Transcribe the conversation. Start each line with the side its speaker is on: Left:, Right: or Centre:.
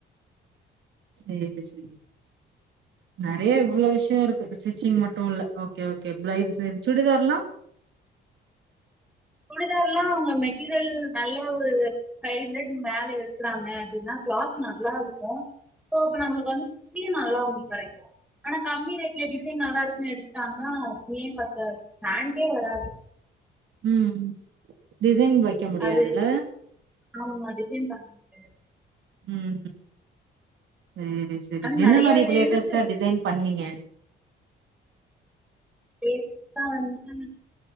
Right: செரி செரி நெறைய இவ்ளவு விஷயோ இருக்கு ஸ்டிச்சிங் மட்டு இல்ல ஓகே ஓகே ப்ரைட் சரி சுடிதாரலா
Centre: சுடிதார்லா அவங்க மெட்டீரியல் நல்லா ஒரு ஃபைவ் ஹண்ட்ரட் மேல எடுக்கறாங்க அப்டின்னா க்ளாத் நல்லா இருக்கு சோ அப்ப நம்மளுக்கு வந்து இங்கியு நல்லா உங்களுக் கிடைக்கு ஆனா கம்மி ரே இடிசை நல்லா இருக்கு எடுத் ஆமா துணியே பத்தாது பேண்ட்டே வராது
Right: ம் டிசைன் வைக்க முடியாதுல
Centre: அது ஆமா டிசைன் பண்ண முடியாது
Right: ம் செரி செரி
Centre: ஆனா
Right: என்ன
Centre: நிறைய
Right: மாரி இப்ப லேட்டஸ்ட்டா
Centre: இருக்கு
Right: டிசைன் பண்ணீங்க
Centre: லேடஸ்டா வந்து